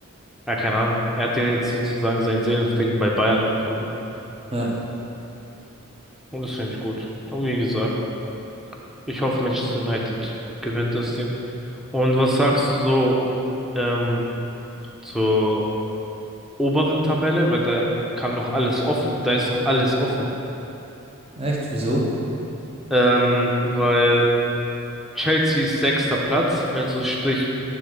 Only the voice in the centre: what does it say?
ja, keine Ahnung. Er hat ja jetzt sozusagen seinen Seelenfrieden bei Bayern gefunden.
Und das finde ich gut. Und wie gesagt. Ich hoffe, Manchester United gewinnt das Ding. Und was sagst du so ähm, zur oberen Tabelle? Weil da kann noch alles offen, da ist noch alles offen.
Ähm, weil Chelsea ist sechster Platz, also sprich,